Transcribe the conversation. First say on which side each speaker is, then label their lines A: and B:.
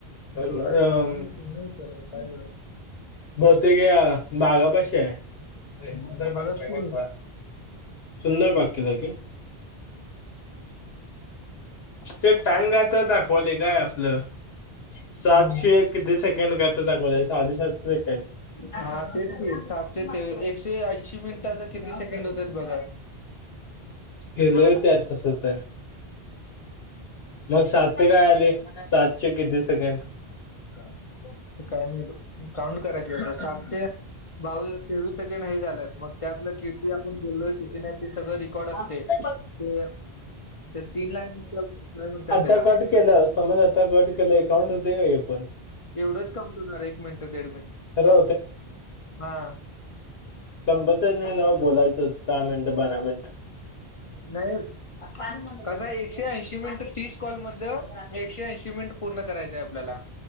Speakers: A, on the left; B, on the left.
A: हम्म.
B: अ.
A: बघूया त्यांना काय?
B: बोतेक या बागा पश आहे.
A: हम्म,
B: ंदर ब्य
A: भगत सिंग
B: सुंदर बक्यलागे ते टाइम काता दाखवले काय आपलं. सातशे
A: हम्म.
B: किती सेकंड करता कोोला साडेसातशे सेकंड
A: हा तेच ते सातशे ते एकशे ऐंशी मिनिटाच. किती सेकंड होतात बघा.
B: हे लव त्या आज तस तर मग सातशे काय आले सातशे किती सेकंड.
A: काय म्ह काउंट कराय क सातशे बावीस तेवीस सेकंड ह झालेत. मग त्यातलं किती आपण बोललोय किती नाही ते सगळं. रेकॉर्ड असते.
B: यत.
A: ते ते तीन लाईन काय म्हणतात
B: आता
A: त्याला
B: कट केलं समज आता कट केलं अकाउंट होते का ओपन.
A: एवढंच कमपवणार एक मिनिट दड मिनट
B: खरं
A: हा.
B: कंबच नाही नाव बोलायचं दहा मिनिट बारा मिनिट
A: नाही कस एकशे शी मिन तीस कॉल मध एकशे ऐंशी मिनट पूर्ण कयंय आपल्याला